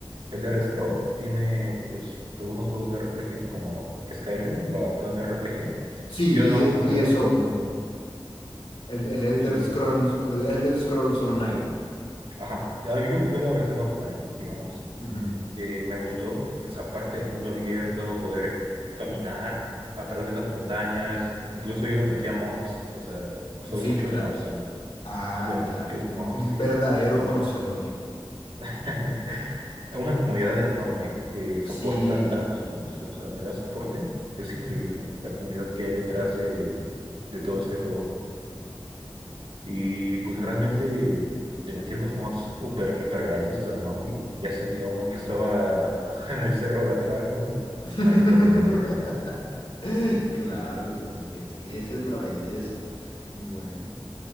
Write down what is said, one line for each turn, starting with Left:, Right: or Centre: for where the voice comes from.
Right: Elder Scrolls tiene, pues, algunos juegos de RPG, como Skyrim, lo adaptó en RPG.
Left: Sí,
Right: Yo nada más jugué
Left: y
Right: la
Left: ESO,
Right: versión,
Left: el, el Elder
Right: eh,
Left: Scrolls, el Elder Scrolls Online.
Right: ajá, Ah, yo jugué la versión offline, digamos.
Left: Ujú.
Right: eh, me gustó esa parte del mundo abierto, poder caminar a través de las montañas. Incluso yo le metía mods, o sea, soy
Left: Sí,
Right: mucho
Left: claro.
Right: de mods también.
Left: Ah,
Right: Le metí
Left: claro,
Right: muchos
Left: un,
Right: mods
Left: un
Right: y,
Left: verdadero
Right: y
Left: conocedor.
Right: lo... <laughs> Una comunidad enorme que
Left: Sí.
Right: soporta tantos mods, o sea, le da soporte. Es increíble la comunidad que hay detrás de, de todo este juego. Y pues realmente le metí unos mods hiper, hiperrealistas, ¿no? Y ya sentía uno que estaba <laughs> en el cerro de atrás, ¿no?
Left: <laughs>
Right: Ahí caminando.
Left: Claro, es que, es que esa
Right: Sí.
Left: es la belleza. Bueno,